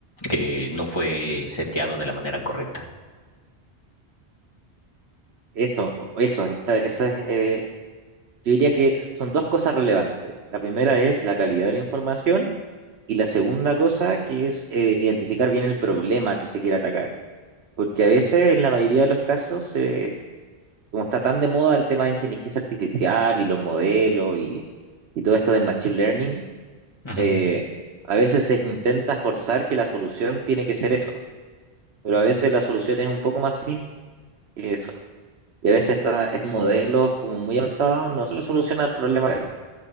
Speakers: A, on the left; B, on the right.
A: eh, no fue seteado de la manera correcta.
B: Eso, o- eso, esta- eso es, eh, yo diría que son dos cosas relevantes. La primera es la calidad de la información y la segunda cosa que es eh, identificar bien el problema que se quiere atacar. Porque a veces, en la mayoría de los casos, eh, como está tan de moda el tema de inteligencia artificial y los modelos y, y todo esto del machine learning,
A: Ujú,
B: eh, a veces se intenta forzar que la solución tiene que ser eso, pero a veces la solución es un poco más simple que eso. Y a veces esta- estos modelos como muy avanzados no solo solucionan el problema real.